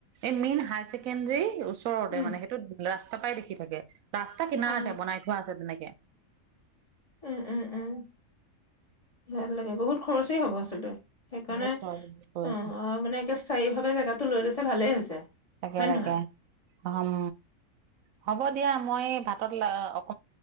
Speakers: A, on the right; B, on the left.
A: এই মেইন হায়াৰ ছেকেণ্ডাৰী ওচৰতে
B: উম
A: মানে সেইটো লাচ ৰাস্তা পাই দেখি থাকে। ৰাস্তা কিনাৰতে
B: অ
A: বনাই থোৱা আছে তেনেকে।
B: উম-উম-উম ভাল লাগে বহুত খৰচি হব আচলতে। সেইকাৰণে
A: বহুত খৰচ হৈ
B: অঁ
A: আছে।
B: মানে একেবাৰে স্থায়ী ভাৱে জেগাতটো লৈ লৈছে ভালেই হৈছে।
A: তাকে
B: হয় নে
A: তাকে
B: নহয়
A: হম। হ'ব দিয়া মই ভাতত লাগ